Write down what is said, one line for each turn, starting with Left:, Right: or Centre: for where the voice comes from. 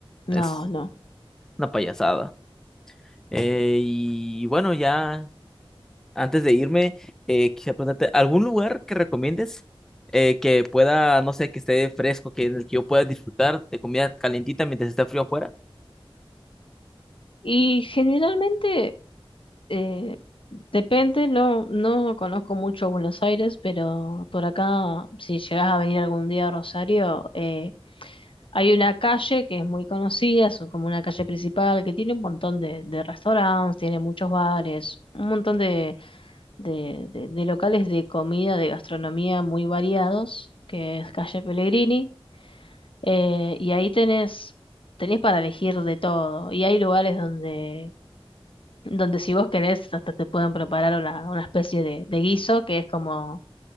Left: No,
Centre: es
Left: no.
Centre: una payasada. Eh, y bueno, ya antes de irme, eh, quisiera preguntarte, ¿algún lugar que recomiendes eh, que pueda, no sé, que esté fresco, que en el que yo pueda disfrutar de comida calientita mientras está frío afuera?
Left: Y generalmente, eh, depende, no, no conozco mucho Buenos Aires, pero por acá, si llegas a venir algún día a Rosario, eh, hay una calle que es muy conocida, es como una calle principal que tiene un montón de, de restaurantes, tiene muchos bares, un montón de de, de- de locales de comida, de gastronomía muy variados, que es calle Pellegrini, eh, y ahí tenés, tenés para elegir de todo, y hay lugares donde, donde si vos querés hasta te pueden preparar una, una especie de, de guiso, que es como,